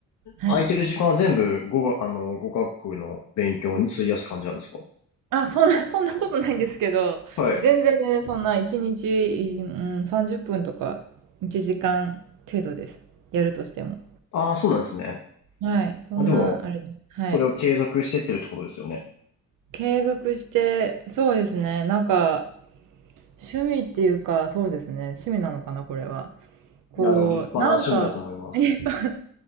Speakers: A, on the right (about 85°); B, on the left (about 65°).
A: はい。
B: 空いてる時間は全部語学、あの、語学の勉強に費やす感じなんですか
A: あ、そんな、<laughs> そんなことないんですけど、
B: はい。
A: 全然ね、そんな1日、うん、30分とか1時間程度です。やるとしても。
B: ああ、そうなんですね。
A: はい。そんな、
B: まあ、でも、
A: あれです。はい。
B: それを継続してってるってことですよね。
A: 継続して、そうですね。なんか、趣味っていうか、そうですね。趣味なのかな、これは。こう、
B: いや、でも立派な趣味だと思います。
A: なんか、<laughs>